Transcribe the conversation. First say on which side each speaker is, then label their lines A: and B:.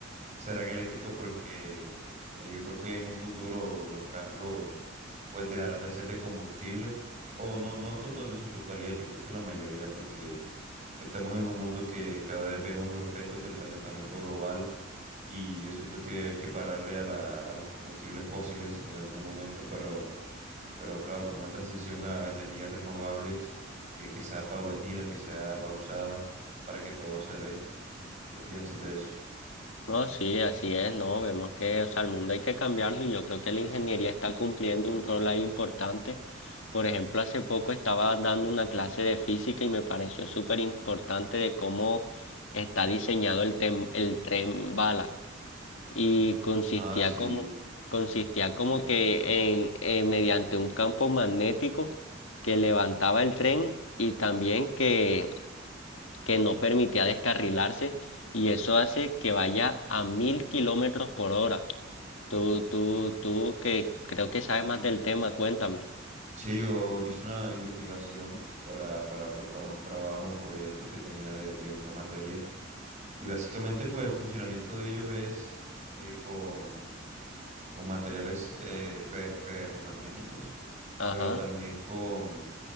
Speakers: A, on the right; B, on the left.
A: serán eléctricos porque eh, yo creo que en un futuro los carros pues dejarán de ser de combustible o no, no toto- en su totalidad, yo creo que la mayoría porque estamos en un mundo que cada vez vemos los efectos del calentamiento global y yo siento que hay que pararle a la, a los combustibles fósiles en algún momento, pero pero claro, con una transición a energías renovables que, que sea paulatina, que sea pausada, para que todo se dé. ¿Qué te piensas de eso?
B: No, sí, así es, no, vemos que, o sea, el mundo hay que cambiarlo y yo creo que la ingeniería está cumpliendo un rol ahí importante. Por ejemplo, hace poco estaba dando una clase de física y me pareció súper importante de cómo está diseñado el, tem- el tren bala y consistía
A: Ah, sí,
B: como, consistía como
A: el
B: que
A: trambar.
B: en, eh, mediante un campo magnético que levantaba el tren y también que que no permitía descarrilarse y eso hace que vaya a mil kilómetros por hora. Tú, tú, tú que creo que sabes más del tema, cuéntame.
A: Sí, yo, yo hice una investigación para, para, pues, para un trabajo, un proyecto que tenía de, de una materia. Y básicamente, pues, el funcionamiento de ellos es eh, con, con materiales eh, fe- ferromagnéticos,
B: Ajá.
A: pero también con